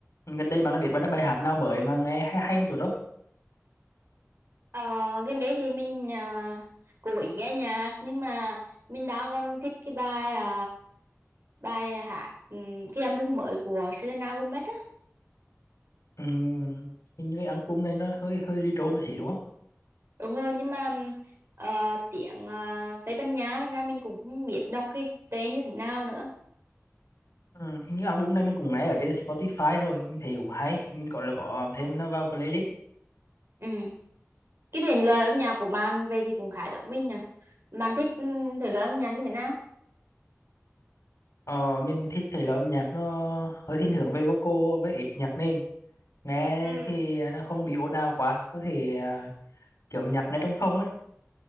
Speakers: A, on the left; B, on the right.
A: gần đây bạn đã biết bài bài hát nào mới mà nghe hay hay một chút đó
B: Ờ, gần đấy thì mình ờ, cũng ít nghe nhạc nhưng mà mình đã còn thích cái bài ờ, bài hát ừm, cái album mới của Selena Gomez á
A: Ừm, hình như cái album này nó hơi hơi retro một xí đúng không
B: đúng rồi nhưng mà ừm, ờ, tiếng ờ, Tây Ban Nha thành ra mình cũng không biết đọc cái tên như thế nào nữa
A: Ừm, hình như album này mình cũng nghe ở trên Spotify rồi mình thấy cũng hay mình gọi là có thêm nó vào playlist
B: ừ. cái thể loại âm nhạc của bạn về thì cũng khá giống mình nhỉ bạn thích ừm, thể loại âm nhạc như thế nào
A: ờ, mình thích thể loại âm nhạc nó hơi thiên hướng về vocal với ít nhạc nền nghe
B: Ừ.
A: thì nó không bị ồn ào quá có thể à, kiểu nhạc nghe trong phòng ấy